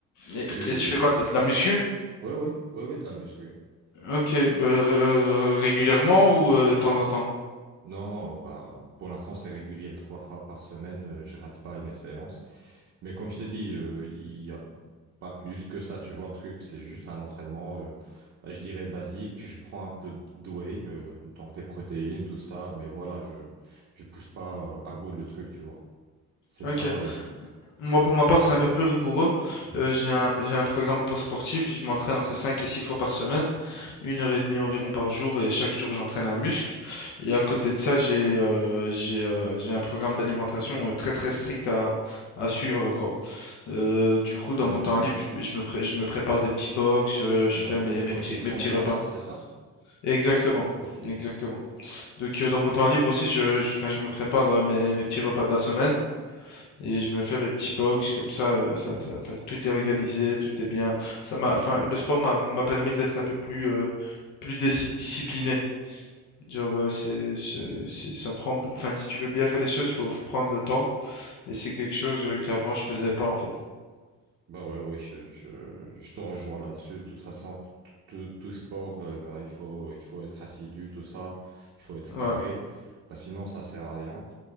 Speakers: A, on the left; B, on the right.
A: Et,
B: Et
A: et tu fais quoi, de la, de la muscu?
B: ouais ouais, ouais ouais, de la muscu.
A: Ok, bah, euh, régulièrement ou euh, de temps en temps?
B: Non, non, bah, pour l'instant, c'est régulier. Trois fois par semaine, euh, je rate pas mes séances. Mais comme je t'ai dit, euh, il y a pas plus que ça, tu vois, le truc. C'est juste un entraînement, euh, bah, je dirais basique. Je prends un peu de whey, euh, donc des protéines, tout ça. Mais voilà, je, je pousse pas, euh, à bout le truc, tu vois. C'est
A: Ok.
B: pas, euh,
A: Moi, pour ma part, c'est un peu plus rigoureux.
B: mhm.
A: Euh, j'ai un, j'ai un programme post-sportif. Je m'entraîne entre 5 et 6 fois par semaine, une heure et demie environ par jour, et chaque jour, j'entraîne un muscle. Et à côté de ça, j'ai euh, j'ai euh, j'ai un programme d'alimentation euh, très très strict à, à suivre, quoi. Euh, du coup, dans
B: Mm,
A: mon temps libre,
B: ah.
A: je, je me pré- je me prépare des petits box, euh, je
B: Donc,
A: fais mes,
B: pour,
A: mes
B: pour,
A: petits,
B: pour prendre
A: mes petits
B: de la
A: repas.
B: masse, c'est ça?
A: Exactement,
B: Ok.
A: exactement. Donc, euh, dans mon temps libre aussi, je, je, enfin je me prépare euh, mes, mes petits repas de la semaine et je me fais mes petits box comme ça. euh, ça, ça- 'fin, tout est organisé, tout est bien. Ça m'a, enfin, le sport m'a m'a permis d'être un peu plus, euh, plus dis- discipliné. Genre, euh, c'est, c'est- c'est- ça prend beaucoup. Enfin, si tu veux bien faire des choses, faut, faut prendre le temps. Et c'est quelque chose euh, qu'avant je faisais pas en fait.
B: Bah ouais, ouais, je, je, je te rejoins là-dessus. De toute façon, t- tout, tout sport, euh, bah, il faut, il faut être assidu, tout ça. Il faut être carré.
A: Ouais.
B: Bah, sinon, ça sert à rien.